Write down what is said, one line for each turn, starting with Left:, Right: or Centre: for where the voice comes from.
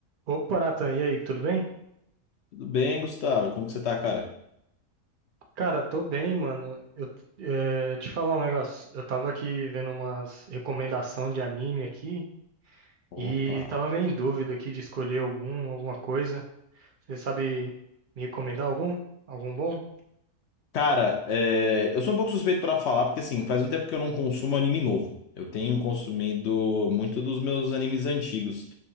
Right: Opa, Nathan, e aí, tudo bem?
Left: Tudo bem, Gustavo? Como que você tá, cara?
Right: Cara, tô bem, mano. Eu eh, te falar um negócio. Eu tava aqui vendo umas recomendação de anime aqui e
Left: Opa.
Right: tava meio em dúvida aqui de escolher algum, alguma coisa. Você sabe me recomendar algum? Algum bom?
Left: Cara, é, eu sou um pouco suspeito pra falar, porque assim, faz um tempo que eu não consumo anime novo. Eu tenho consumido muito dos meus animes antigos.